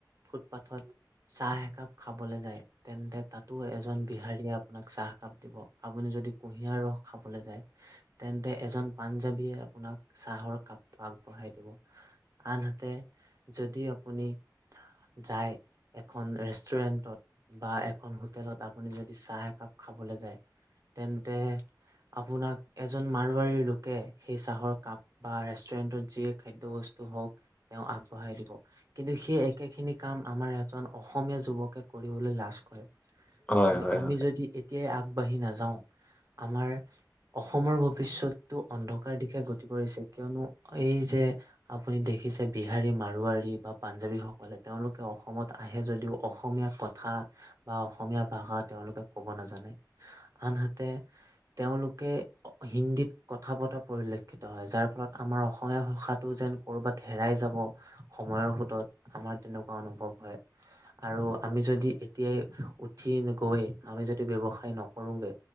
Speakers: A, on the right (about 50°); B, on the left (about 20°).
A: ফুট ফাটত চাহ একাপ খাবলৈ যায় তেন্তে তাতো এজন বিহাৰীয়ে আপোনাক চাহ কাপ দিব আপুনি যদি কুঁহিয়াৰ ৰস খাবলৈ যায় তেন্তে এজন পাঞ্জাবীয়ে আপোনাক চাহৰ কাপটো আগবঢ়াই দিব। আনহাতে যদি আপুনি যায় এখন ৰেষ্টুৰেন্টত বা এখন হোটেলত আপুনি যদি চাহ একাপ খাবলৈ যায় তেন্তে আপোনাক এজন মাৰোৱাৰীৰ লোকে সেই চাহৰ কাপ বা ৰেষ্টুৰেন্টত যিয়ে খাদ্য বস্তু হওক তেওঁ আগবঢ়াই দিব কিন্তু সি একে খিনি কাম আমাৰ এজন অসমীয়া যুৱকে কৰিবলৈ লাজ কৰে।
B: হয়
A: কিন্তু
B: হয়
A: আমি
B: হয়
A: যদি এতিয়াই আগবাঢ়ি নাযাওঁ আমাৰ অসমৰ ভৱিষ্যতটো অন্ধকাৰ দিশে গতি কৰিছে কিয়নো এই যে আপুনি দেখিছে বিহাৰী মাৰুৱাৰী বা পাঞ্জাৱী সকলে তেওঁলোকে অসমত আহে যদিও অসমীয়া কথা বা অসমীয়া ভাষা তেওঁলোকে ক'ব নাজানে আনহাতে <unintelligible> তেওঁলোকে হিন্দীত কথা পতা পৰিলক্ষিত হয় যাৰ ফলত আমাৰ অসমীয়া ভাষাটো যেন ক'ৰবাত হেৰাই যাব সময়ৰ সোতত আমাৰ তেনেকুৱা অনুভৱ হয় আৰু আমি আমি যদি এতিয়াই উঠি নগৈ আমি যদি ব্যৱসায় নকৰোগে